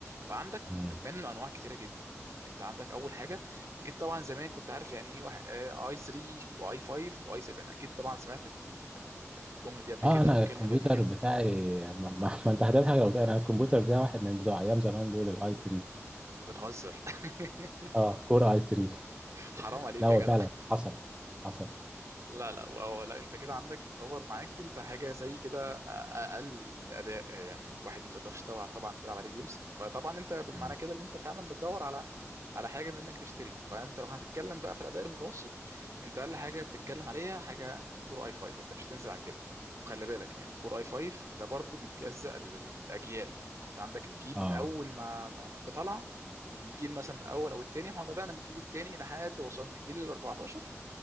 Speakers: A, on the right (about 70°); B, on the right (about 20°).
A: فعندك
B: مم.
A: منه انواع كتيره جدا يعني انت عندك اول حاجه اكيد طبعا زمان كنت عارف يعني ايه واحد آه، اي 3 واي 5 واي 7 اكيد طبعا سمعت ال- الجمله دي قبل
B: اه
A: كده
B: انا
A: او الكلمه
B: الكمبيوتر
A: دي قبل كده
B: بتاعي ما, ما, ما انت هتضحك لو بتاعي انا الكمبيوتر بتاعي واحد من بتوع ايام زمان دول الاي 3
A: دي بتهزر <laughs>
B: اه كور اي 3
A: حرام عليك
B: لا هو
A: يا جدع
B: فعلا حصل حصل
A: لا لا وهو لا انت كده عندك يتطور معاك انت حاجه زي كده أ- اقل الاداء يعني الواحد ما تقدرش طبعا طبعا تلعب عليه جيمز فطبعا انت معنى
B: مم.
A: كده ان انت فعلا بتدور على على حاجه منك تشتري فانت لو هتتكلم بقى في الاداء المتوسط انت اقل حاجه بتتكلم عليها حاجه كور اي 5 انت مش هتنزل عن كده وخلي بالك يعني كور اي 5 ده برضه بيتجزأ للاجيال انت عندك الجيل
B: اه
A: من اول ما ما بطلع من جيل مثلا الاول او الثاني احنا بدأنا من الجيل الثاني لحد وصلنا جيل ال 14